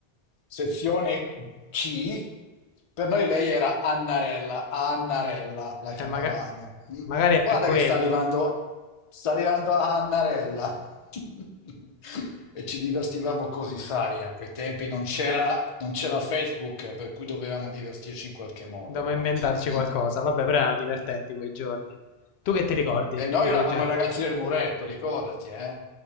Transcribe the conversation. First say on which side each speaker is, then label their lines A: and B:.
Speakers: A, on the left; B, on the left.
A: sezione C, per noi lei era Annarella, Annarella la chiamavamo.
B: eh, maga-
A: Mm.
B: magari è
A: Guarda
B: per quello.
A: che sta arrivando, sta arrivando Annarella. <laughs> E ci divertivamo così, sai, a quei tempi non c'era non c'era Facebook, per cui dovevamo divertirci in qualche modo.
B: Dobbiamo inventarci
A: Mm.
B: qualcosa. Vabbè, però erano divertenti quei giorni. Tu che ti ricordi
A: E noi
B: di quei
A: eravamo
B: giorni?
A: i ragazzi del muretto, ricordati, eh?